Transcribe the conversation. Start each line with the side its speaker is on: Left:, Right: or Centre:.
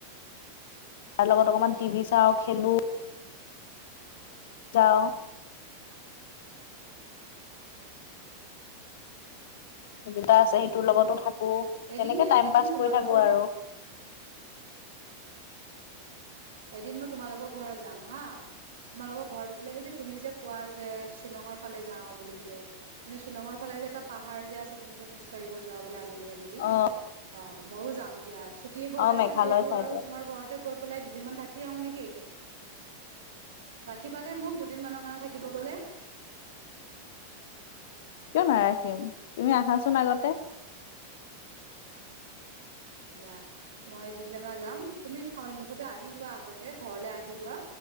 Left: তাৰ লগত অকণমান টি ভি চাওঁ, খেলোঁ। যাওঁ <unintelligible> আছে
Right: উম,
Left: সেইটোৰ লগতো থাকোঁ,
Right: এদিন
Left: তেনেকে টাইম
Right: এদিন
Left: পাছ
Right: তোমালোকৰ
Left: কৰি থাকোঁ আৰু।
Right: এদিন মই তোমালোকৰ ঘৰত যাম, হা। তোমালোকৰ ঘৰত গ'লে এই যে, তুমি যে, কোৱা যে, শ্বিলঙৰ ফালে যাওঁ বুলিকে মানে শ্বিলঙৰ ফালে এই যে, এটা পাহাৰ যে, আছে তুমি যে, খোজকাঢ়িব যোৱা বোলে আ আবেলি, আবেলি
Left: অ
Right: অ', মইও যাম দিয়া, ছুটি হৈ
Left: অ
Right: আছে
Left: মেঘালয়
Right: যিহেতু
Left: চাইডত।
Right: আৰু তোমাৰ ঘৰতে গৈ পেলাই দুদিনমান থাকি আহো নেকি? ৰাখিবানে মোক দুদিন মানৰ কাৰণে থাকিব গ'লে?
Left: কিয় নাৰাখিম? তুমি আহাছোন আগতে।
Right: দিয়া মই যিদিনা যাম, তুমি <unintelligible> মুঠতে আহি লোৱা আগতে ঘৰলে আহি লোৱা,